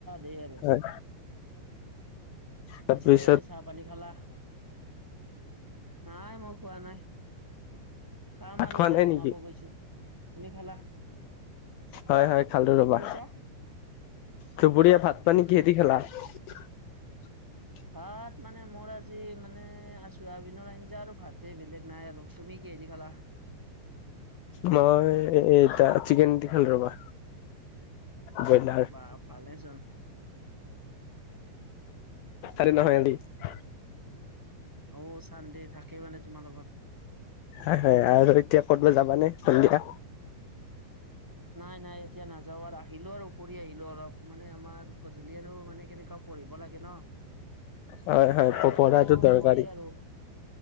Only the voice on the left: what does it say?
হয় তাৰপিছত
ভাত
খোৱা
নাই
নেকি
হয়, হয় খালো ৰ'বা
দুপৰীয়া ভাত পানী
কিহেদি <inaudible>
মই এ, এতিয়া চিকেন দি খালোঁ ৰ'বা। ব্ৰইলাৰ
আৰে নহয় <unintelligible>
হয়, হয়, আৰু এতিয়া ক'তবা যাবা নে সন্ধিয়া?
হয় হয়
পঢ়াটো দৰকাৰী।